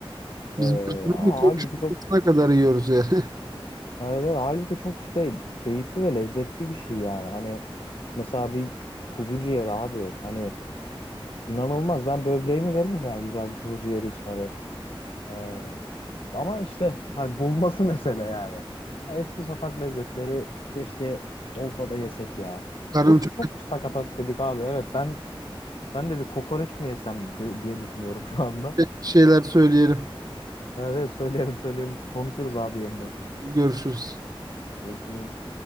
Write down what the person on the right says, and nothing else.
Biz
bir
koç
yumurtasına kadar yiyoruz yani. <laughs>
Karnım
çok
acıktı, bir şeyler söyleyelim.
Görüşürüz.